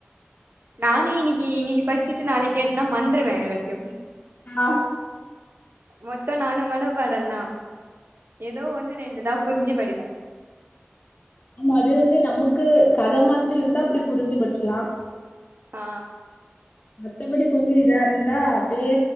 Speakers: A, on the right; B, on the left.
A: நானே இன்னைக்கி இன்னைக்கி பட்சிட்டு நாளைக் கேட்னா மந்திர்வே எல்லாத்யு
B: ஆ
A: மொத்தம் நானும் மனபாடம்தான் ஏதோ ஒண்ணு ரெண்டு தான் புரிஞ்சு படிப்பேன்
B: ஆமா அது வந்து நமக்கு கத மாதிரி இருந்தா அப்படி புரிஞ்சு படிச்சுலாம்
A: ஆ
B: மத்தபடி கொஞ்ச இதா இருந்தா அப்படியே